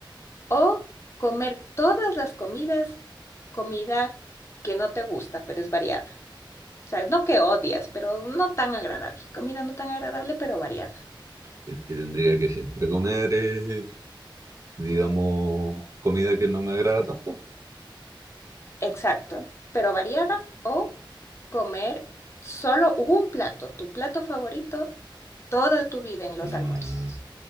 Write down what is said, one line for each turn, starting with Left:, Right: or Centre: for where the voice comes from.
Left: O comer todas las comidas, comida que no te gusta, pero es variada. O sea, no que odias, pero no tan agradable. Comida no tan agradable, pero variada.
Right: Y, y tendría que siempre comer. eh, digamos, comida que no me agrada tanto.
Left: Exacto. Pero variada o comer solo un plato, tu plato favorito, toda tu vida en los
Right: Mm,
Left: almuerzos.